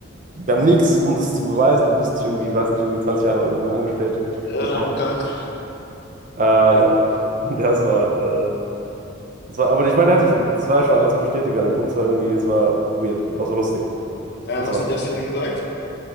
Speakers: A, on the right; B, on the left.
A: wir haben nichts, um das zu beweisen. Du bist nicht irgendwie, warst nicht irgendwie 20 Jahre irgendwo angestellt
B: ja,
A: mit tausend.
B: krank.
A: Ähm,
B: Ja.
A: und das war, äh, das war, aber ich meine, er hatte schon, das war ja schon alles bestätigt an dem Punkt. Es war irgendwie, es war weird, aber so lustig.
B: Äh,
A: Ich muss
B: was
A: lachen.
B: hat Jasmin da gesagt?